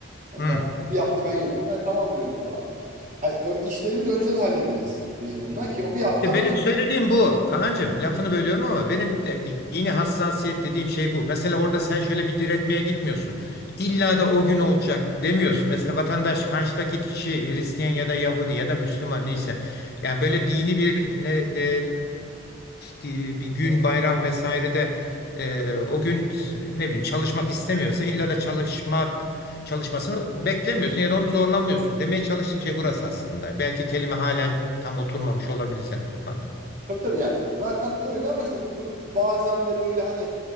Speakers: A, on the right; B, on the left.
A: Onlar
B: hı.
A: bir hafta ben yokum. Ben tamam diyorum falan. Hani ö- işlerimizi önceden hallederiz biz bununla ki o bir hafta
B: Ya benim
A: aç.
B: söylediğim bu Kaan'cığım. Lafını bölüyorum ama benim de, dini hassasiyet dediğim şey bu. Mesela orada sen şöyle bir diretmeye gitmiyorsun. İlla da o gün olacak demiyorsun. Mesela vatandaş karşıdaki kişi Hristiyan ya da Yahudi ya da Müslüman neyse. Yani böyle dini bir ne, ne di- bir gün
A: Evet.
B: bayram vesairede e, o gün ne bileyim çalışmak istemiyorsa illa da çalışmak çalışmasını beklemiyorsun ya da onu zorlanmıyorsun. Demeye çalıştığım şey burası aslında. Belki kelime halen tam oturmamış olabilir senin kafanda.
A: Tabii tabii yani zaten öyle ama işte bu- bazen de böyle hani